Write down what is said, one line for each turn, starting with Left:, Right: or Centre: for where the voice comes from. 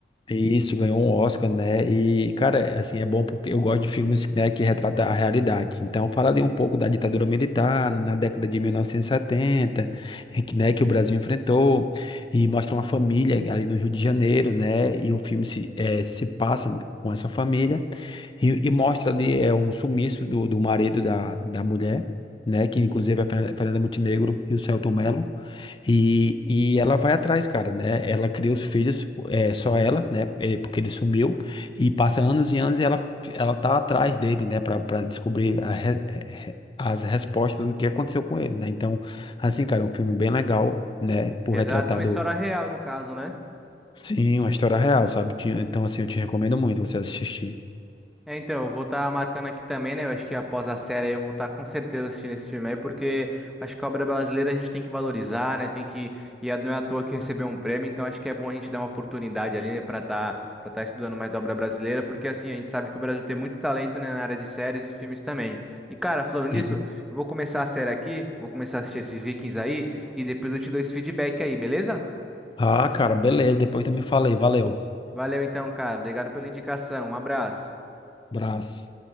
Left: isso, ganhou um Oscar, né? E, cara, assim, é bom porque eu gosto de filmes, né, que retratam a realidade. Então, fala ali um pouco da ditadura militar na década de 1970, em que, né, que o Brasil enfrentou, e mostra uma família ali no Rio de Janeiro, né? E o filme se, eh, se passa com essa família e, e mostra ali é, um sumiço do, do marido da, da mulher, né? Que inclusive é a Fernanda Montenegro e o Selton Mello. E, e ela vai atrás, cara, né? Ela cria os filhos, é, só ela, né? É, Porque ele sumiu e passa anos e anos e ela, ela tá atrás dele, né? Pra, pra descobrir a re- re- as respostas do que aconteceu com ele, né? Então, assim, cara, um filme bem legal, né? Por
Centre: Retrata
Left: retratar
Centre: uma
Left: do
Centre: história real, no caso, né?
Left: sim, uma história real, sabe? Tinha- Então, assim, eu te recomendo muito você assistir.
Centre: É, então, eu vou estar marcando aqui também, né? Eu acho que após a série aí eu vou estar com certeza assistindo esse filme aí, porque acho que a obra brasileira a gente tem que valorizar, né? Tem que. E a- não é à toa que recebeu um prêmio, então acho que é bom a gente dar uma oportunidade ali, né, pra estar para estar estudando mais da obra brasileira, porque assim, a gente sabe que o Brasil tem muito talento, né, na área de séries e filmes também. E cara, falando nisso,
Left: Sim.
Centre: eu vou começar a série aqui, vou começar a assistir esses Vikings aí, e depois eu te dou esse feedback aí, beleza?
Left: Ah, cara, beleza. Depois tu me fala aí. Valeu.
Centre: Valeu então, cara. Obrigado pela indicação. Um abraço.
Left: Abraço.